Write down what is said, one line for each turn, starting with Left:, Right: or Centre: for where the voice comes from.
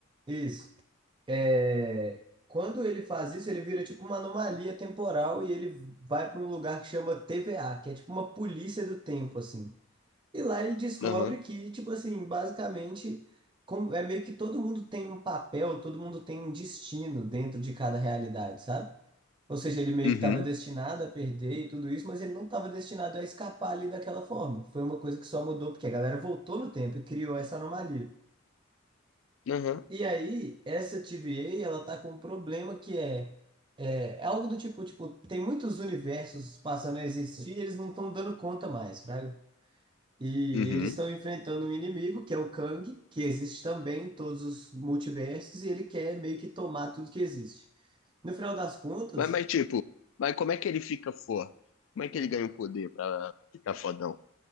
Right: isso. É, quando ele faz isso, ele vira tipo uma anomalia temporal e ele vai para um lugar que chama TVA, que é tipo uma polícia do tempo, assim. E lá ele descobre
Left: Aham.
Right: que, tipo assim, basicamente, como- é meio que todo mundo tem um papel, todo mundo tem um destino dentro de cada realidade, sabe? Ou seja, ele meio
Left: Uhum.
Right: que estava destinado a perder e tudo isso, mas ele não estava destinado a escapar ali daquela forma. Foi uma coisa que só mudou porque a galera voltou no tempo e criou essa anomalia.
Left: Aham.
Right: E aí, essa TVA, ela tá com um problema que é, é, é algo do tipo, tipo, tem muitos universos passando a existir, e eles não estão dando conta mais, fraga. E
Left: Uhum.
Right: eles estão enfrentando um inimigo, que é o Kang, que existe também em todos os multiversos, e ele quer meio que tomar tudo que existe. No final das contas,
Left: Mas, mas tipo, mas como é que ele fica forte? Como é que
Right: o,
Left: ele ganha o poder pra ficar fodão?